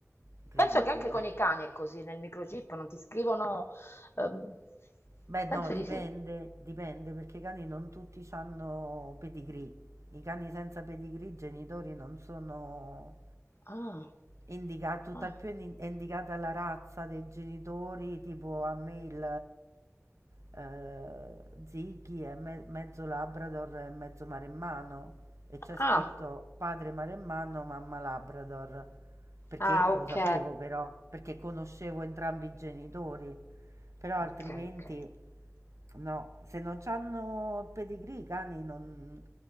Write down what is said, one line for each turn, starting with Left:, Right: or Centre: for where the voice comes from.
Right: incredibile.
Left: Penso che anche
Right: eh.
Left: con i cani è così, nel microchip non ti scrivono... ehm,
Right: Beh,
Left: penso
Right: no, dipende,
Left: di sì.
Right: dipende, perché i cani non tutti hanno pedigree. I cani senza pedigree, i genitori non sono
Left: Ah,
Right: Indica, tutt'al
Left: ah,
Right: più è in- è indicata la razza dei genitori, tipo a me il eh, Ziggy è me- mezzo Labrador e mezzo maremmano e c'è scritto
Left: ah,
Right: padre maremmano, mamma Labrador, perché
Left: ah, ok.
Right: lo sapevo però, perché conoscevo entrambi i genitori, però altrimenti
Left: Ok, ok.
Right: no, se non hanno il pedigree i cani non...